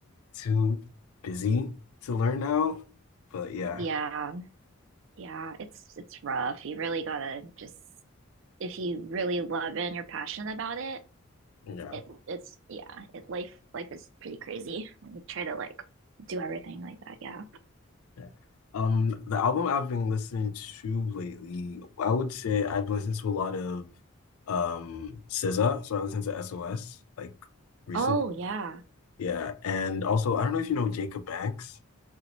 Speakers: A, on the left; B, on the right.
A: too busy to learn now. But yeah.
B: Yeah. Yeah, it's it's rough. You really gotta just if you really love it and you're passionate about it,
A: Yeah.
B: it it's yeah, it life life is pretty crazy when you try to like do everything like that. Yeah.
A: Yeah. Um, the album I've been listening to lately, I would say I've been listening to a lot of um SZA, so I listened to SOS like recently.
B: Oh yeah.
A: Yeah, and also I don't know if you know Jacob Banks.